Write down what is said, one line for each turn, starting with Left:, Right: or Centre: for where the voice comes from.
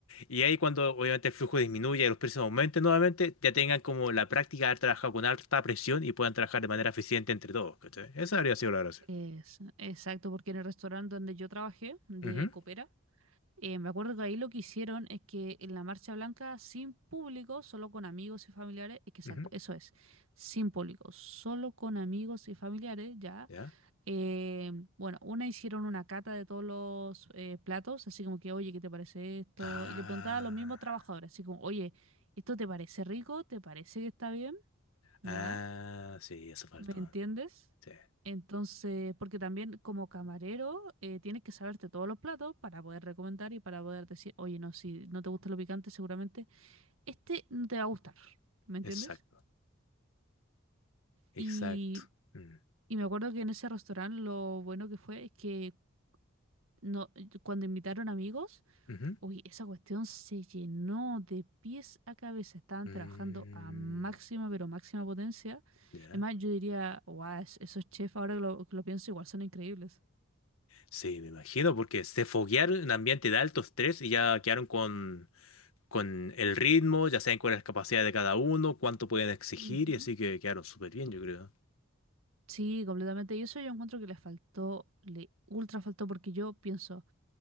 Left: Y ahí cuando obviamente el flujo disminuya y los precios aumenten nuevamente, ya tengan como la práctica de haber trabajado con alta presión y puedan trabajar de manera eficiente entre todos, ¿cachai? Esa habría sido la gracia.
Right: Es- exacto, porque en el restaurante donde yo trabajé, de
Left: Ujú,
Right: copera, Eh, me acuerdo que ahí lo que hicieron es que en la marcha blanca, sin público, solo con amigos y familiares, es que exacto,
Left: ujú,
Right: eso es, sin público, solo con amigos y familiares, ya.
Left: ¿Ya?
Right: Eh, bueno, una hicieron una cata de todos los eh, platos, así como que, oye, ¿qué te parece esto?
Left: Ah,
Right: Y le preguntaba a los mismos trabajadores, así como, oye, ¿esto te parece rico? ¿Te parece que está bien? ¿Ya?
Left: ah, sí, eso faltó.
Right: ¿Me entiendes?
Left: Sí,
Right: Entonces, porque también como camarero eh, tienes que saberte todos los platos para poder recomendar y para poder decir, oye, no, si no te gusta lo picante, seguramente este no te va a gustar. ¿Me entiendes?
Left: exacto, exacto.
Right: Y,
Left: Mm,
Right: y me acuerdo que en ese restaurante lo bueno que fue es que no, cuando invitaron amigos,
Left: ujú,
Right: uy, esa cuestión se llenó de pies a cabeza. Estaban
Left: mm,
Right: trabajando a máxima, pero máxima potencia.
Left: ¿ya?
Right: Es más, yo diría, guau, es- esos chefs, ahora que lo, que lo pienso, igual son increíbles.
Left: Sí, me imagino, porque se foguearon en ambiente de alto estrés y ya quedaron con, con el ritmo, ya saben cuál es la capacidad de cada uno, cuánto pueden exigir,
Right: Ujú.
Left: y así que quedaron súper bien, yo creo.
Right: Sí, completamente. Y eso yo encuentro que le faltó, le ultra faltó, porque yo pienso,